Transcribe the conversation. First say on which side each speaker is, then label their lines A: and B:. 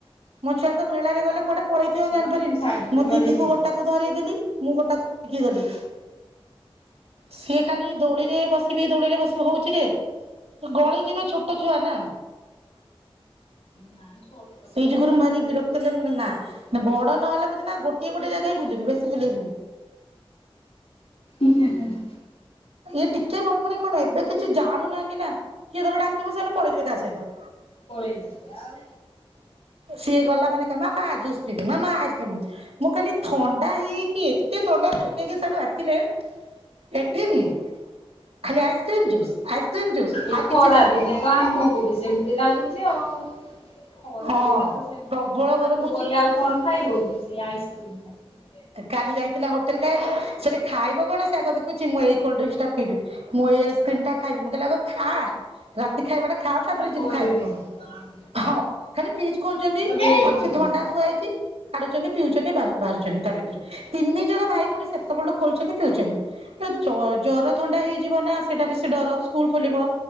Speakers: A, on the right (about 80°); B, on the left (about 70°).
A: ମୋ ଛୁଆ ତ ମେଳାରେ ଗଲେ କୁଆଡେ ପଳେଇଥିବ
B: ଛୁଆଙ୍କୁ
A: ମୁ ଜଣିପାରିବିନି
B: ଛାଡିକି
A: ମୋ
B: କୁଆଡେ
A: ଦିଦିକୁ
B: ଯିବ।
A: ଗୋଟାକୁ
B: ହୁଁ
A: ଧରଇ ଦେଲି ମୁଁ ଗୋଟାକୁ ଯିବନି ସେ ଖାଲି ଦୋଳିରେ ବସିବି ଦୋଳିରେ ବସି ବି ହଉଛି ଯେ ଗଳି ଯିବ ଛୋଟ ଛୁଆ ନା?
B: ନାଇଁ ଛୋଟ
A: ସେଇ
B: ପିଲାଙ୍କୁ
A: ଯୁଗୁରୁ
B: ଏଇନା
A: ଭାରି
B: କୋଉଠି
A: ବିରକ୍ତ
B: ବୁଲିବାକୁ
A: ମୁଁ କହିଲ
B: ନେଇକି ଛାଡିବ।
A: ନା ବଡ ନହଲା ପ ନା ଗୋଟିଏ ଗୋଟିଏ ଜାଗା ହିଁ ବୁଲିବି ବେଶି ବୁଲେଇବିନି।
B: ହୁଁ ହୁଁ ହୁଁ।
A: ଇଏ ଟିକେ ବଡ ମାନେ କଣ ଏବେ କିଛି ଜାଣୁନାହାନ୍ତି ନା? କିଏ ଧର ଡାକିବ ସେ ପଳେଇଥିବେ କା ସହିତ
B: ପଳେଇ ଯିବେ ଆଉ
A: ସିଏ ଗଲା ମାନେ କହିବ ମାମା ଜୁସ୍ ପିିଇବ ମାମା ଆଇସ୍କ୍ରିମ୍ ମୁଁ କହିଲି ଥଣ୍ଡା ହେଇକି ଏତେ ଥଣ୍ଡା ଖାଇ ଖାଇକି ସିୟାଡୁ ଆସିଲେ ଏଠି ବି? ଖାଲି ଆଇସ୍କ୍ରିମ୍ ଜୁସ୍ ଆଇସ୍କ୍ରିମ୍ ଜୁସ୍
B: ଏଇ
A: ଆଉ
B: ଖରା
A: କିଛି ଚାଲିନି
B: ଦିନେ ତ ଆମକୁ ବି ସେମତି ଲାଗୁଛି ଆଉ ଖରାଦିନେ
A: ହଁ
B: ତ ସେମିତି
A: ପ୍ରବଳ
B: ବାହାରକୁ
A: ଗରମ ହଉଛି
B: ଗଲେ ଆଉ କଣ ଖାଇବକି ସେ ଆଇ କ୍ରିମ ଖାଇବି
A: କାଲି ଯାଇଥିଲା ହୋଟେଲ ଖାଇବାକୁ ସେଠି ଖାଇବ କଣ ସେ ଆଗ ଦେଖୁଛି ମୁଁ ଏଇ କୋଲଡ୍ରିଙ୍କସ ଟା ପିଇବି ମୁଁ ଏଇ ଆଇସ୍ କ୍ରିମ ଟା ଖାଇବି ମୁଁ କହିଲି ଆଗ ଖାଆ ରାତି ଖାଇବାଟା ଖା ତାପରେ
B: ତା ପରେ
A: ଯିବୁ ଖାଇବୁ
B: ଦେଖିବ
A: କଣ
B: ଆମର
A: ହଁ ଖାଲି ଫ୍ରିଜ ଖୋଜୁଛନ୍ତି
B: ବି ଏଇଠି
A: ଅଛି
B: ସେମିତି।
A: ଥଣ୍ଡା ଥୁଆ ହେଇଛି। କାଢୁଛନ୍ତି ପିଉଛନ୍ତି ବାହା ବାହାରୁଛନ୍ତି ତା ଭିତରୁ ତିନି ଜଣ ଭାଇ ଭଉଣୀ ସେତେ ବେଳଠୁ ଖୋଲୁଛନ୍ତି ପିଉଛନ୍ତି। ଏ ଜ ଜର ଥଣ୍ଡା ହେଇଯିବ ନା ସେଇଟା ବି ଡର ସ୍କୁଲ ଖୋଲିବ